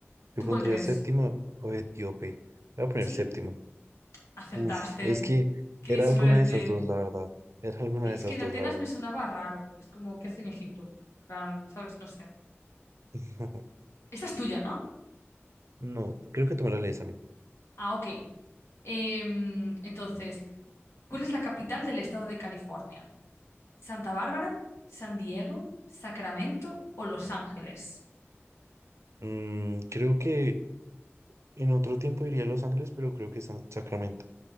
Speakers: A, on the right; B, on the left.
A: yo
B: ¿Tú
A: pondría
B: cuál crees?
A: séptima o Etíope. Voy a poner
B: Sí,
A: séptima.
B: acertaste.
A: Uf, es que
B: ¡Qué
A: era
B: suerte!
A: alguna de esas dos, la verdad. Era alguna
B: Sí,
A: de
B: es
A: esas
B: que de
A: dos,
B: Atenas
A: la verdad.
B: me sonaba raro. Es como, ¿qué hace en Egipto? En Plan, ¿sabes? No sé.
A: <laughs>
B: Esta es tuya, ¿no?
A: No, creo que tú me la lees a mí.
B: Ah, ok. Em, entonces, ¿cuál es la capital del estado de California? ¿Santa Bárbara? ¿San Diego? ¿Sacramento o Los Ángeles?
A: Mm, creo que en otro tiempo iría a Los Ángeles, pero creo que es San- Sacramento.